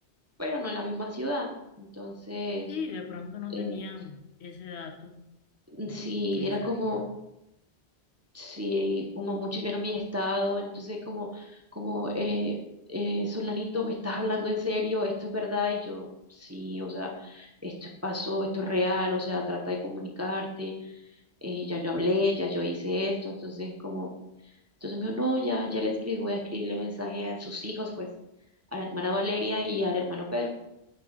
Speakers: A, on the right (about 20°); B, on the left (about 75°).
A: pero no en la misma ciudad. Entonces,
B: Sí, de pronto no
A: eh,
B: tenían ese dato de
A: sí,
B: que
A: era
B: sabía.
A: como, sí, como muchos vieron mi estado, entonces como, como, eh, eh, Solanito, ¿me estás hablando en serio? ¿Esto es verdad? Y yo, sí, o sea, esto es- pasó, esto es real, o sea, trata de comunicarte, eh, ya yo hablé, ya yo hice esto, entonces como Entonces me dijo, no, ya, ya le escribí, voy a escribirle mensaje a sus hijos, pues, a la hermana Valeria y al hermano Pedro,